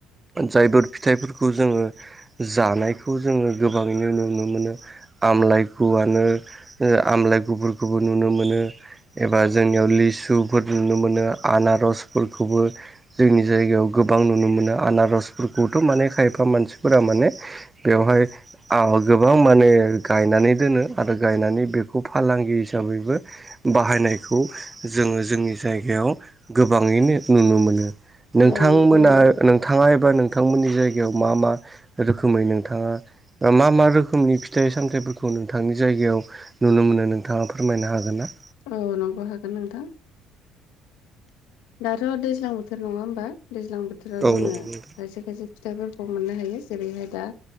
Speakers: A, on the right; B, on the left.
A: जायफोर फिथाइफोरखौ जोङो जानायखौ जोङो गोबाङैनो नुनो मोनो आमलाइ गुवनो आमलााय गुुरखौबो नुनो मोनो। एबा जोंनियाव लिसुफोर नुनो मोनो आनारसफोरखौबो जोंनि जायगायाव गोबां नुनो मोनो आनारसफोरखौथ' माने खायफा मानसिफोरा माने बेवहाय गोबां माने गायनानै दोनो आरो गायनानै बेखौ फालांगि हिसाबैबो बाहायनायखौ जोङो जोंनि जायगायाव गोबाङैनो नुनो मोनो। नोंथांमोना
B: नंगौ नोंथां
A: नोंथाङा एबा नोंथांमोननि जायगायाव मा मा रोखोमै नोंथाङा मा मा रोखोमनि फिथाइ सामथाइ खौ नोंथांनि जायगायाव नुनो मोनो नोंथाङा फोरमायनो हागोन ना?
B: औ नंबो हागोन नोंथां। दाथ' दैज्लां बोथोर नङा होमबा दैज्लां बोथोराव
A: औ
B: जोङो
A: नंगौ नोंथां
B: खायसे खायसे फिथाइफोरखौ मोननो हायो जेरैहाय दा